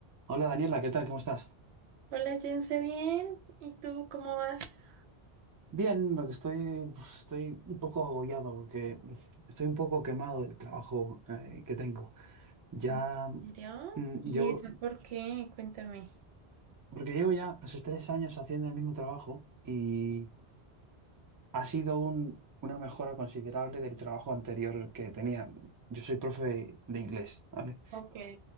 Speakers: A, on the right; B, on the right.
A: Hola Daniela, ¿qué tal? ¿Cómo estás?
B: Hola, Jense, bien. ¿Y tú cómo vas?
A: Bien, lo que estoy, pues, estoy un poco agobiado porque estoy un poco quemado del trabajo eh, que tengo. Ya
B: Mm. ¿En serio?
A: mm,
B: ¿Y
A: llevo,
B: eso por qué? Cuéntame.
A: porque llevo ya esos tres años haciendo el mismo trabajo y ha sido un- una mejora considerable del trabajo anterior que tenía. Yo soy profe de inglés, ¿vale?
B: Ok,